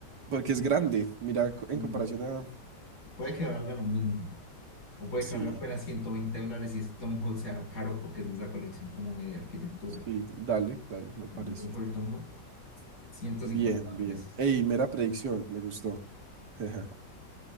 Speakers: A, on the right; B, on the left.
A: Porque es grande, mira, co- en
B: No,
A: comparación
B: no.
A: a...
B: Puede que valga lo mismo. O puede
A: Sí,
B: que valga apenas 120 dólares y ese Tom Hall sea caro porque es de esa colección como de arquitectura.
A: sí, dale, dale, me
B: Voy
A: parece.
B: Por el Tom Hall, 150
A: Bien,
B: dólares.
A: bien. Ey, mera predicción, me gustó. <laughs>